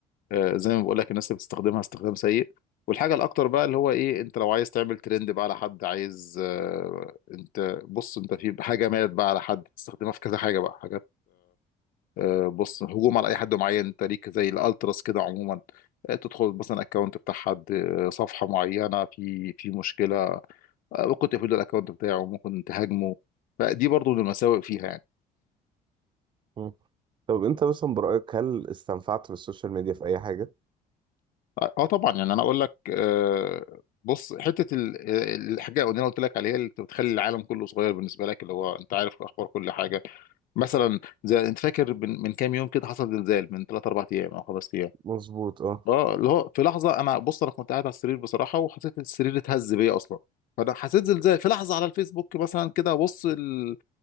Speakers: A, on the left; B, on the right.
A: آه، زي ما بقول لك الناس اللي بتستخدمها استخدام سيء والحاجه الاكتر بقى اللي هو ايه انت لو عايز تعمل ترند بقى على حد عايز آه، انت بص انت في حاجه مالت بقى على حد تستخدمها في كذا حاجه بقى حاجات آه، بص هجوم على اي حد معين انت ليك زي الالتراس كده عموما آه، تدخل مثلا اكونت بتاع حد آه، صفحه معينه في في مشكله آه، ممكن تقفلوا الاكونت بتاعه ممكن تهاجمه فدي برضو من المساوئ فيها يعني
B: مم. طب انت مثلا برأيك هل استنفعت بالسوشيال ميديا في اي حاجه
A: اه آه طبعا يعني انا اقول لك آه، بص حته ال- ال- الحاجه اللي انا قلت لك عليها اللي بتخلي العالم كله صغير بالنسبه لك اللي هو انت عارف اخبار كل حاجه مثلا زي انت فاكر من من كام يوم كده حصل زلزال من 3 4 ايام او 5 ايام
B: مظبوط اه
A: اه اللي هو في لحظه انا بص انا كنت قاعد على السرير بصراحه وحسيت إن السرير اتهز بيا اصلا فانا حسيت زلزال في لحظه على الفيسبوك مثلا كده بص ال...